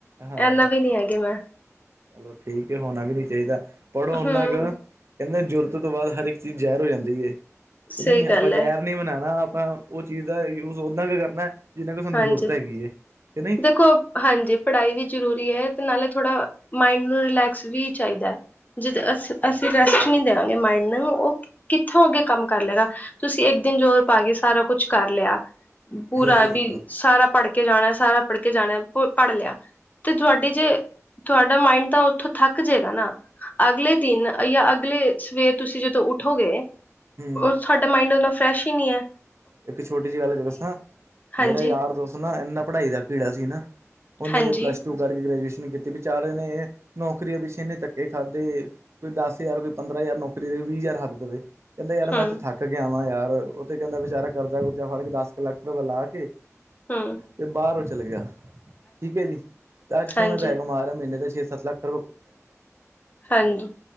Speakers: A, on the right; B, on the left.
A: ਹਾਂ
B: ਐਨਾ ਵੀ ਨੀ ਹੈਗੀ ਮੈਂ
A: ਚਲੋ ਠੀਕ ਹੈ, ਹੋਣਾ ਵੀ ਨੀ ਚਾਹੀਦਾ। ਪੜ੍ਹੋ ਓਨਾ
B: ਹਮ
A: ਕੁ ਕਹਿੰਦੇ ਜ਼ਰੂਰਤ ਤੋਂ ਬਾਅਦ ਹਰ ਇੱਕ ਚੀਜ਼ ਜ਼ਹਿਰ ਹੋ ਜਾਂਦੀ ਏ, ਕਿ
B: ਸਹੀ
A: ਨਹੀਂ ਆਪਾਂ
B: ਗੱਲ
A: ਜ਼ਹਿਰ
B: ਹੈ
A: ਨਹੀਂ ਬਨਾਉਣਾ ਆਪਾਂ ਉਹ ਚੀਜ਼ ਦਾ ਯੂਜ ਓਨਾ ਕੁ ਕਰਨਾ, ਜਿੰਨਾ ਕਿ ਸਾਨੂੰ
B: ਹਾਂਜੀ
A: ਜ਼ਰੂਰਤ ਹੈਗੀ ਏ ਕਿ ਨਹੀਂ
B: ਦੇਖੋ ਹਾਂਜੀ, ਪੜ੍ਹਾਈ ਵੀ ਜ਼ਰੂਰੀ ਏ ਤੇ ਨਾਲੇ ਥੋੜ੍ਹਾ ਮਾਇੰਡ ਨੂੰ ਰਿਲੈਕਸ ਵੀ ਚਾਹੀਦਾ ਐ। ਜਦੋਂ ਅ ਅਸੀਂ ਰੈਸਟ ਨਹੀ ਦੇਵਾਂਗੇ, ਮਾਈਡ ਨੂੰ ਉਹ ਕਿੱਥੋਂ ਅੱਗੇ ਕੰਮ ਕਰ ਲਏਗਾ। ਤੁਸੀਂ ਇੱਕ ਦਿਨ ਜ਼ੋਰ ਪਾ ਕੇ ਸਾਰਾ ਕੁੱਛ ਕਰ ਲਿਆ ਪੂਰਾ
A: ਬਿਲਕੁਲ
B: ਵੀ
A: ਬਿਲਕੁਲ
B: ਸਾਰਾ ਪੜ੍ਹ ਕੇ ਜਾਣਾ, ਸਾਰਾ ਪੜ੍ਹ ਕੇ ਜਾਣਾ, ਪੜ੍ਹ ਲਿਆ‌ ਤੇ, ਤੁਹਾਡੀ ਜੇ ਤੁਹਾਡਾ ਮਾਇੰਡ ਤਾਂ ਉੱਥੋਂ ਥੱਕ ਜੇਗਾ ਨਾ। ਅਗਲੇ ਦਿਨ ਜਾਂ ਅਗਲੇ ਸਵੇਰ ਤੁਸੀਂ ਜਦੋਂ ਉੱਠੋਗੇ
A: ਹੂੰ
B: ਉਹ ਸਾਡਾ ਮਾਈੰਡ ਓਨਾ ਫਰੈਸ਼ ਹੀ ਨਹੀ ਐ।
A: ਇੱਕ ਛੋਟੀ ਜਿਹੀ ਗੱਲ ਦੱਸਾਂ, ਮੇਰਾ
B: ਹਾਂਜੀ
A: ਯਾਰ ਦੋਸਤ ਨਾ ਇਨਾ ਪੜ੍ਹਾਈ ਦਾ ਕੀੜਾ ਸੀ ਨਾ ਉਹਨੇ
B: ਹਾਂਜੀ
A: ਪਲੱਸ ਟੂ ਕਰਕੇ ਗ੍ਰੈਜੂਏਸ਼ਨ ਕੀਤੀ ਵਿਚਾਰੇ ਨੇ ਨੌਕਰੀਆਂ ਪਿੱਛੇ ਐਨੇ ਧੱਕੇ ਖਾਧੇ ਕੋਈ ਦਸ ਹਜ਼ਾਰ, ਕੋਈ ਪੰਦਰਾਂ ਹਜ਼ਾਰ, ਨੌਕਰੀ ਦੇ ਵੀਹ ਹਜ਼ਾਰ ਹੱਦ ਦੇਵੇ ਕਹਿੰਦਾ ਯਾਰ ਮੈਂ
B: ਹਮ
A: ਇੱਥੇ ਥੱਕ ਕੇ ਆਵਾਂ, ਯਾਰ ਉਥੇ ਕਹਿੰਦਾ ਵਿਚਾਰਾ ਕਰਜ਼ਾ ਕੁਰਜਾ ਫੜ ਕੇ ਦਸ ਕੁ ਲੱਖ ਰੁਪਏ ਲਾ ਕੇ
B: ਹਾ।
A: ਤੇ ਬਾਹਰ ਉਹ ਚੱਲ ਗਿਆ, ਠੀਕ ਹੈ ਜੀ, ਤੇ ਅੱਜ ਸੋਹਣਾ
B: ਹਾਂਜੀ,
A: ਪੈਸੇ ਕਮਾ ਰਹਾ ਮਹੀਨੇ ਦੇ ਛੇ- ਸੱਤ ਲੱਖ <unintelligible>
B: ਹਾਂਜੀ,